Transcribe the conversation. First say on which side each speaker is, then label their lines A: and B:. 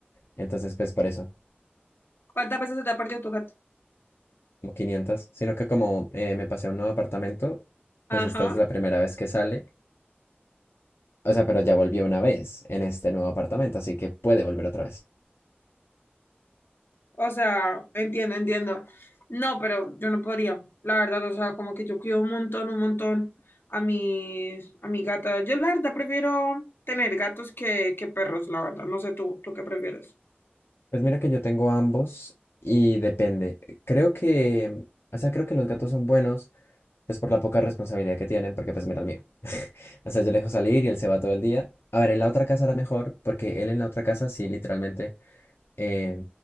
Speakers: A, on the left; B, on the left.
A: Entonces, pues por eso,
B: ¿Cuántas veces se te ha perdido tu gato?
A: como 500. Sino que como eh, me pasé a un nuevo apartamento, pues
B: Ajá.
A: esta es la primera vez que sale. O sea, pero ya volvió una vez en este nuevo apartamento, así que puede volver otra vez.
B: O sea, entiendo, entiendo. No, pero yo no podría, la verdad, o sea, como que yo cuido un montón, un montón a mis, a mi gata. Yo la verdad prefiero tener gatos que, que perros, la verdad. No sé tú, ¿tú qué prefieres?
A: Pues mira que yo tengo ambos y depende. Creo que, o sea, creo que los gatos son buenos, pues por la poca responsabilidad que tienen, porque pues mira el mío. <laughs> O sea, yo le dejo salir y él se va todo el día. A ver, en la otra casa era mejor, porque él en la otra casa sí, literalmente eh,